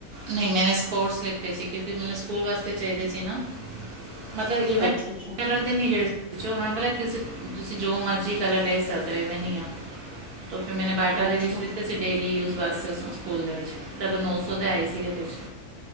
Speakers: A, on the right (about 80°); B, on the left (about 45°).
A: ਨਹੀਂ, ਮੈਂ ਨ ਸਪੋਰਟਸ ਲਿੱਤੇ ਸੀ ਕਿਉਂਕਿ ਮੈਨੂੰ ਸਕੂਲ ਵਾਸਤੇ ਚਾਹੀਦੇ ਸੀ ਨਾ। ਮਤਲਬ ਇਵੇਂ
B: ਅੱਛਾ ਅੱਛਾ
A: ਕਲਰ ਦੇ ਨੀ ਜਿਹੜੇ ਉਹਨਾਂ ਨੂੰ <inaudible> ਤੁਸੀਂ ਜੋ ਮਰਜ਼ੀ। <inaudible> ਗਲਾ ਲੈ ਸਕਦੇ ਹੋ ਮੈਂ ਨ ਆ ਤੋਂ ਫਿਰ ਮੈਨੇ ਬਾਟਾ
B: ਅੱਛਾ
A: ਦੇ ਵਿੱਚ ਲਿਤੇ ਸੀ ਡੇਲੀ ਯੂਜ਼ ਵਾਸਤੇ ਉਸੂ ਨੂੰ ਸਕੂਲ ਦੇ ਵਿੱਚ ਤਦੋਂ ਨੌ ਸੌ ਦੇ ਆਏ ਸੀਗੇ ਕੁਛ